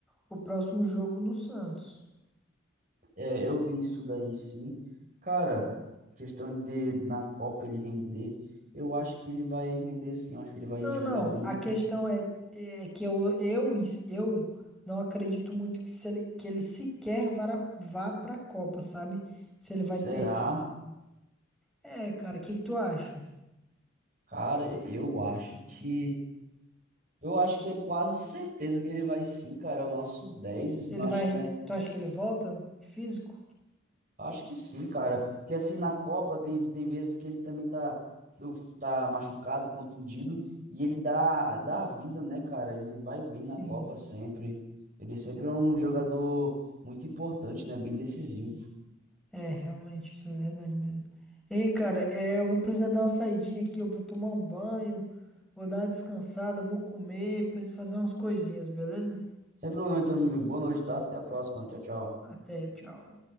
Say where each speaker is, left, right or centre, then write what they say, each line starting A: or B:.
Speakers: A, in the centre; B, on the right.
A: o próximo jogo no Santos.
B: É, eu vi isso daí sim. Cara, questão de na Copa ele render, eu acho que ele vai render sim, eu acho que ele vai
A: Não,
B: jogar
A: não.
B: bem,
A: A
B: porque
A: questão é, é que eu, eu, em si- eu não acredito muito que, se ele, que ele sequer vá, vá pra Copa, sabe? Se ele
B: será?
A: vai ter. É, cara, o que que tu acha?
B: Cara, eu acho que eu acho que é quase certeza que ele vai sim, cara, é o nosso 10
A: Ele
B: acho,
A: vai.
B: né?
A: Tu acha que ele volta? Físico?
B: Acho que sim, cara. Que assim, na Copa tem, tem vezes que ele também tá, tá machucado, contundido, e ele dá, dá a vida, né, cara? Ele vai bem
A: Sim.
B: na Copa sempre. Ele sempre é um jogador muito importante, né? Bem decisivo.
A: É, realmente, isso é verdade mesmo. Hein, cara, é, eu vou precisar dar uma saidinha aqui, eu vou tomar um banho, vou dar uma descansada, vou comer, preciso fazer umas coisinhas, beleza?
B: Sem problema, então, meu amigo. Boa noite, tá? Até a próxima. Tchau, tchau.
A: Até, tchau.